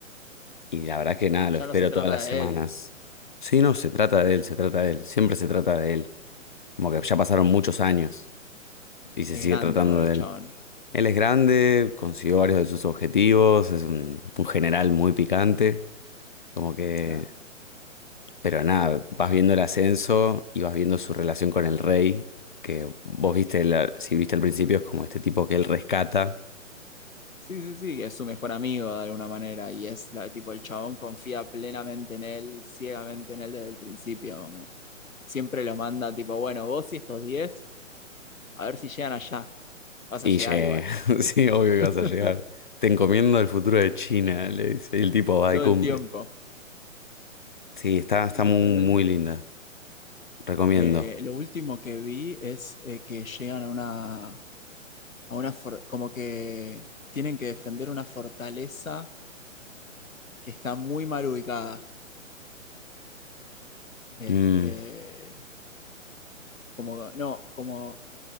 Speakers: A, on the left (about 40°); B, on the left (about 80°).
A: y la verdad que nada, lo espero
B: ya no se trata
A: todas las
B: de
A: semanas.
B: él,
A: Sí, no, se trata de él, se trata de él, siempre se trata de él. Como que ya pasaron muchos años y se
B: es
A: sigue
B: grande
A: tratando
B: ahora
A: de
B: el chabón.
A: él. Él es grande, consiguió varios de sus objetivos, es un, un general muy picante, como que...
B: Claro.
A: Pero nada, vas viendo el ascenso y vas viendo su relación con el rey, que vos viste, la- si viste al principio, es como este tipo que él rescata
B: Sí, sí, sí, que es su mejor amigo de alguna manera y es la, tipo el chabón confía plenamente en él, ciegamente en él desde el principio, como siempre lo manda tipo, bueno, vos y estos 10 a ver si llegan allá, vas
A: Y
B: a llegar
A: llegué.
B: igual,
A: <laughs> Sí, obvio que vas
B: <laughs>
A: a llegar. Te encomiendo el futuro de China, le dice. Y el tipo va
B: todo
A: y cumple.
B: el tiempo.
A: Sí, está, está
B: No,
A: muy,
B: es tremendo.
A: muy linda. Recomiendo.
B: Eh, lo último que vi es eh, que llegan a una, a una, for- como que tienen que defender una fortaleza que está muy mal ubicada, este,
A: Mm,
B: como, no, como